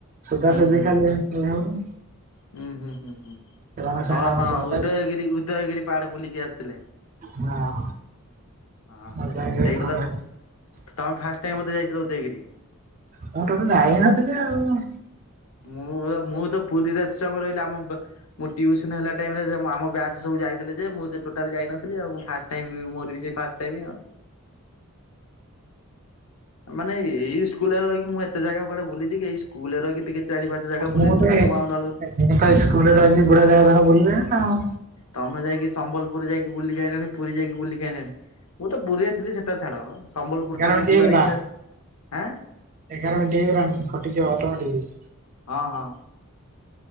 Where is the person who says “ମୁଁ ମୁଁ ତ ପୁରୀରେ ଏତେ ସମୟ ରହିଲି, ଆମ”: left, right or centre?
Left